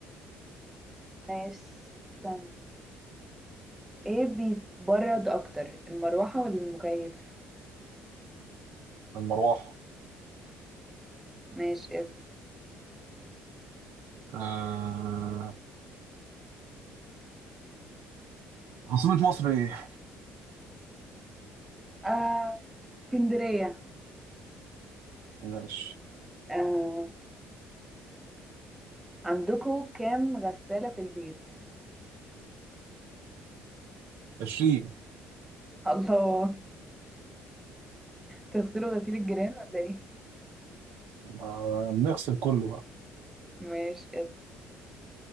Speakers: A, in the centre; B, on the right.
A: ماشي استنى ايه بيبرد اكتر المروحة ولا المكيف
B: المروحة
A: ماشي اسأل
B: آه، عاصمة مصر ايه
A: آه اسكندرية
B: ماشي
A: آه عندكوا كام غسالة في البيت
B: 20
A: <laughs> الله تغسلوا غسيل الجيران ولا ايه
B: آه، نغسل كله بقى.
A: ماشي اسأل